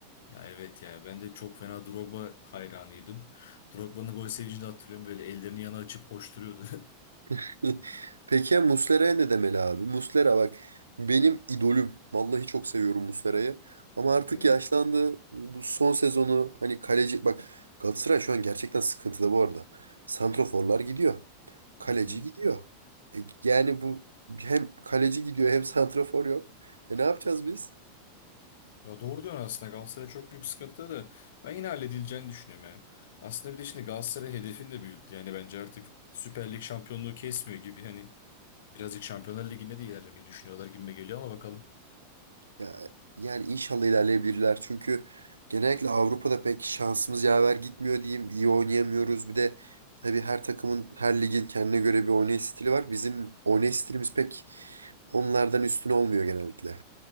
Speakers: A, on the left; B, on the right.
A: Ya evet ya. Ben de çok fena Drogba hayranıydım. Drogba'nın gol sevincini de hatırlıyorum. Böyle ellerini yana açıp koşturuyordu. <laughs>
B: <laughs> Peki ya Muslera'ya ne demeli abi? Muslera bak benim idolüm. Vallahi çok seviyorum Muslera'yı. Ama artık
A: Evet.
B: yaşlandı. Bu son sezonu hani kaleci... Bak Galatasaray şu an gerçekten sıkıntıda bu arada. Santraforlar gidiyor. Kaleci
A: Hı hı.
B: gidiyor. E, yani bu hem kaleci gidiyor hem santrafor yok. E ne yapacağız biz?
A: Ya doğru diyorsun aslında Galatasaray çok büyük sıkıntıda da ben yine halledileceğini düşünüyorum ya. Aslında bir de şimdi Galatasaray hedefini de büyüttü. Yani bence artık Süper Lig şampiyonluğu kesmiyor gibi hani birazcık Şampiyonlar Ligi'nde de ilerlemeyi düşünüyorlar gibime geliyor ama bakalım.
B: Ya, e, yani inşallah ilerleyebilirler. Çünkü genellikle Avrupa'da pek şansımız yaver gitmiyor diyeyim. İyi oynayamıyoruz. Bir de tabii her takımın, her ligin kendine göre bir oynayış stili var. Bizim oynayış stilimiz pek onlardan üstün olmuyor genellikle.